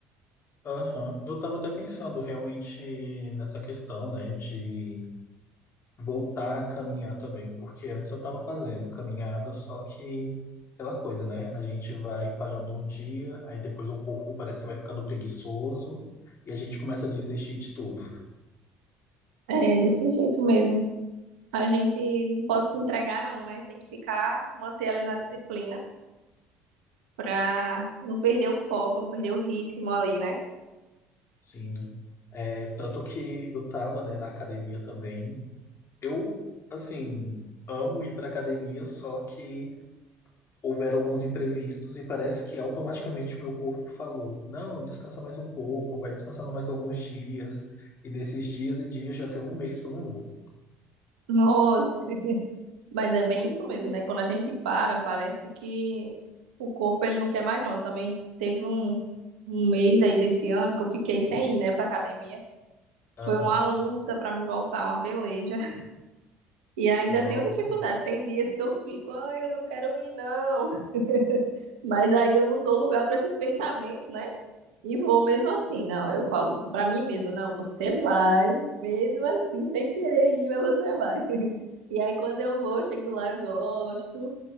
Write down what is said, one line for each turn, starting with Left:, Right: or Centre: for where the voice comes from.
Left: Aham. Eu tava até pensando realmente nessa questão, né, de voltar a caminhar também, porque antes eu estava fazendo caminhada, só que aquela coisa, né? A gente vai parando um dia, aí depois o corpo parece que vai ficando preguiçoso e a gente começa a desistir de tudo.
Right: É, desse jeito mesmo. A gente não pode se entregar, não, né? Tem que ficar, manter ali na disciplina pra não perder o foco, não perder o ritmo ali, né?
Left: Sim. É, tanto que eu tava, né, na academia também. Eu, assim, amo ir pra academia, só que houveram alguns imprevistos e parece que automaticamente meu corpo falou: não, descansa mais um pouco, vai descansando mais alguns dias. E nesses dias e dias já tem um mês que eu não vou.
Right: Nossa, <laughs> mas é bem isso mesmo, né? Quando a gente para, parece que o corpo ele não quer mais, não. Eu também teve um, um mês aí desse ano que eu fiquei sem ir, né, pra academia.
Left: Aham,
Right: Foi uma luta pra me voltar, uma peleja. E ainda
Left: não.
Right: tenho dificuldade. Tem dias que eu fico, ai, eu não quero ir, não. <laughs> Mas aí eu não dou lugar para esses pensamentos, né? E vou mesmo assim. Não, eu falo para mim mesma, não, você vai, mesmo assim, sem querer ir, mas você vai. <laughs> E aí quando eu vou, eu chego lá, eu gosto